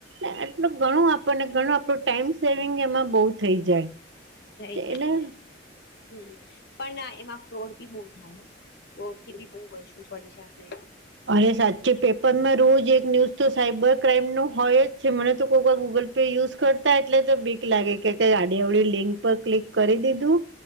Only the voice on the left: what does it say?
થઈ
જાય. હમ્મ-હમ્મ. પણ આ એમાં ફ્રોડ બી બહુ થાય હો. <unintelligible> થી બી બહુ બચવું પડે છે આપણે.
હોય